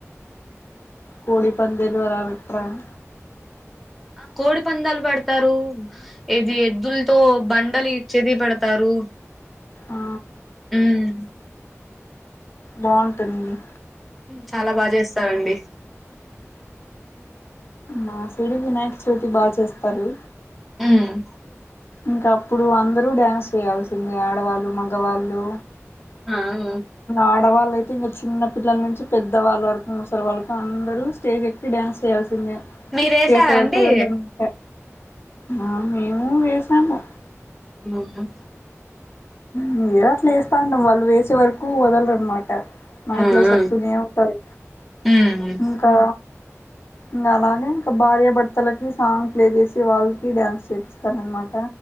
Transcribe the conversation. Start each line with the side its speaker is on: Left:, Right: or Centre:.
Left: కోడి పం దీని మీద అభిప్రాయం
Centre: కోడి పందాలు పెడతారు ఏది ఎద్దులతో బండలు ఇచ్చేది పెడతారు
Left: ఆ
Centre: హ్మ్
Left: బావుంటుంది
Centre: చాలా బా చేస్తారండి హ్మ్
Left: మా సైడ్ వినాయ చవితి బా చేస్తారు
Centre: హ్మ్
Left: ఇంకా అప్పుడు అందరూ డ్యాన్స్ చేయాల్సిందే ఆడవాళ్ళు మగవాళ్ళు
Centre: ఆ ఆ!
Left: ఆడవాళ్ళయి అయితే ఇంకా చిన్న పిల్లల నుంచి పెద్ద వాళ్ళ వరకు ముసలి వాళ్ళ వరకు అందరు స్టేజ్ ఎక్కి డాన్స్ చేయాల్సి సిందే
Centre: మీరేసారా
Left: చేసే వాళ్ళ
Centre: అండి
Left: <unintelligible> ఆ మేము వేసాము
Centre: ఊహూ
Left: హు ఏదో అట్లా ఏస్తాండు వాళ్ వేసే వరక్ కూ వదలరన్ మాట మైక్లో
Centre: ఆ
Left: సెప్తూనే
Centre: ఆ
Left: ఉంటారు
Centre: హ్మ్
Left: ఇంకా ఇంకా అలానే ఇంకా భార్య భర్తలకి సాంగ్ ప్లే చేసి వాళ్ళకి డ్యాన్స్ చేపిస్తారనమాట